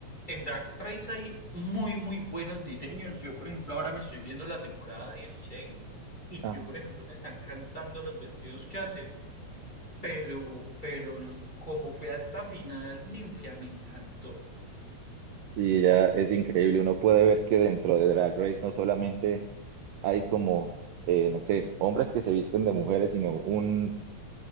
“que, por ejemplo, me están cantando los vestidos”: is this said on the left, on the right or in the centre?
Left